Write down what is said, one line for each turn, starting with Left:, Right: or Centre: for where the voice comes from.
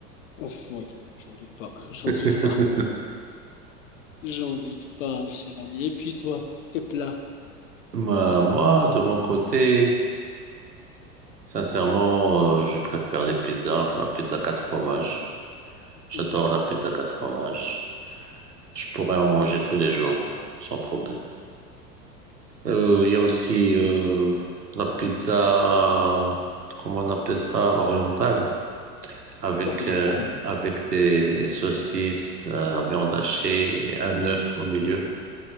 Left: Ouf, oui, j'en doute pas, <laughs> j'en doute
Right: <laughs>
Left: pas, j'en doute pas, cher ami. Et puis toi, tes plats,
Right: Ma- Moi, de mon côté, sincèrement, euh, je préfère les pizzas, la pizza quatre fromages. J'adore
Left: Mhm.
Right: la pizza quatre fromages. Je pourrais en manger tous les jours, sans problème. Euh, Il y a aussi euh, la pizza, comment on appelle ça, orientale. avec,
Left: Oriental,
Right: euh, avec des saucisses, euh, la viande hachée et un œuf au milieu.